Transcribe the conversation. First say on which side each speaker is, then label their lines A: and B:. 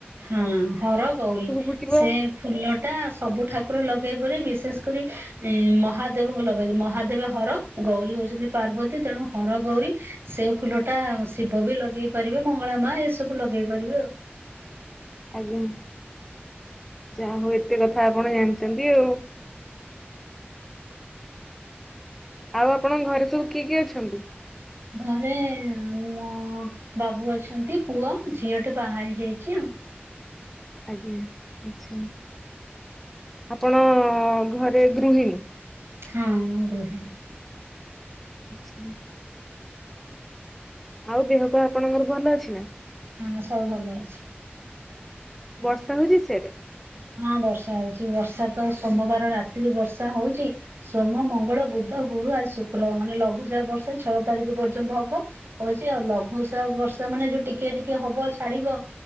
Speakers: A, on the right (about 65°); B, in the centre.
A: ହଁ ହରଗୌରୀ
B: ଫୁଟିବ
A: ସେ ଫୁଲଟା ସବୁ ଠା କୁର ଲଗେଇ ପାରି ବିଶେଷ କରି ଇଁ ମହାଦେବଙ୍କୁ ଲଗାଯାଏ ମହାଦେବ ହର ଗୌରୀ ହଉଛନ୍ତି ପାର୍ବତୀ ତେଣୁ ହରଗୌରୀ ସେ ଫୁଲଟା ଶିବ ବି ଲଗେଇ ପାରିବେ ମଙ୍ଗଳା ମା ଏସବୁ ଲଗେଇ ପାରିବେ ଆଉ।
B: ଆଜ୍ଞା ଯା ହଉ ଏତେ କଥା ଆପଣ ଜାଣିଚନ୍ତି ଆଉ। ଆଉ ଆପଣଙ୍କ ଘରେ ସବୁ କିଏ କିଏ ଅଛନ୍ତି?
A: ଘରେ ମୋ ବାବୁ ଅଛନ୍ତି ପୁଅ ଝିଅଟେ ବାହା ହେଇଯାଇଚି ଅ।
B: ଆଜ୍ଞା ଆଚ୍ଛା ଆପଣ ଘରେ ଗୃହିଣୀ?
A: ହଁ ମୁଁ ଗୃହିଣୀ।
B: ଆଚ୍ଛା। ଆଉ ଦେହ ପା ଆପଣଙ୍କର ଭଲ ଅଛି ନାଁ?
A: ହଁ ସବୁ ଭଲ ଅଛି।
B: ବର୍ଷା ହୋଉଚି ସିଆଡ଼େ?
A: ହଁ ବର୍ଷା ହଉଚି ବର୍ଷା ତ ସୋମବାର ରାତିରୁ ବର୍ଷା ହଉଚି। ସୋମ ମଙ୍ଗଳ ବୁଦ୍ଧ ଗୁରୁ ଆଜି ଶୁକ୍ର ମାନେ ଲଘୁଚାପ ବର୍ଷା ଛଅ ତାରିକ ପର୍ଯ୍ୟନ୍ତ ହବ। କଉଛି ଆଉ ଲଘୁ ବର୍ଷା ମାନେ ଯୋଉ ଟିକେ ଟିକେ ହବ ଛାଡିବ